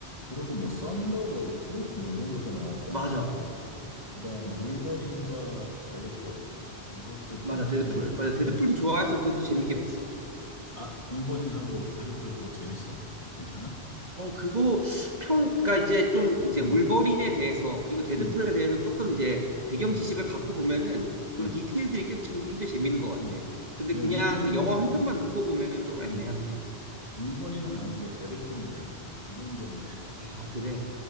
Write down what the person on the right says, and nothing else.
맞아,
맞아,
맞아.
데드풀,
맞아. 데드풀도 좋아해서 그것도 재밌게 봤어.
어, 그거 평, 그러니까 이제 좀 이제
울버린에 대해서 그리고 데드풀에
대해서 조금 이제 배경
지식을 갖고 보면은 그런
디테일들이 꽤 지금 굉장히 재밌는 것 같아.
근데
그냥
그 영화 한
편만 놓고 보면은 조금 애매하긴
해.
아, 그래.